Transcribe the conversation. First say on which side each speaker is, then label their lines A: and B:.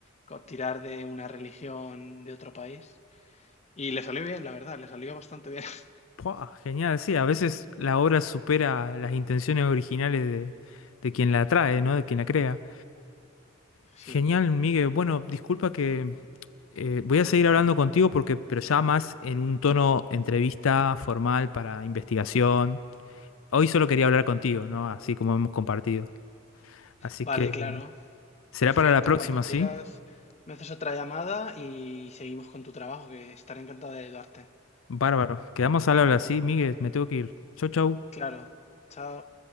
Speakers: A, on the left; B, on the left.
A: Co- Tirar de una religión de otro país. Y le salió bien, la verdad, le salió bastante bien. <laughs>
B: Puah, genial, sí, a veces la obra supera las intenciones originales de, de quien la trae, ¿no? De quien la crea. Genial,
A: Sí,
B: Miguel. Bueno, disculpa que eh, voy a seguir hablando contigo porque, pero ya más en un tono entrevista formal para investigación. Hoy solo quería hablar contigo, ¿no? Así como hemos compartido. Así
A: vale,
B: que
A: claro.
B: será
A: Perfecto,
B: para la próxima,
A: cuando
B: ¿sí?
A: quieras me haces otra llamada y seguimos con tu trabajo, que estaré encantado de ayudarte.
B: Bárbaro. Quedamos al habla, ¿sí? Miguel, me tengo que ir. Chau, chau.
A: Claro, chao.